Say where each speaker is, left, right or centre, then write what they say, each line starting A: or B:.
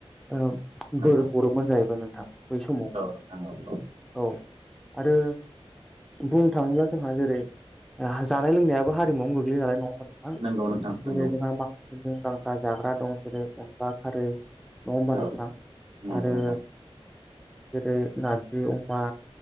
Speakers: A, in the centre; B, on the right.
A: ओं
B: नंगौ
A: बोर हरोमोन जाहैबाय नोंथां बै समाव
B: औ नोंथां औ औ
A: औ आरो बुंनो थाङोब्ला जोंहा जेरै जानाय लोंनायाबो हारिमुआवनो गोग्लै नालाय नङा होमबा नों
B: नंगौ नोंथां नंगौ
A: जेरै जोंहा माखासे मुंदांखा जाग्रा दं जेरै अनला खारै नङा होमबा
B: औ
A: नोंथां
B: नंगौ
A: आरो
B: नोंथां
A: जेरै नारजि अमा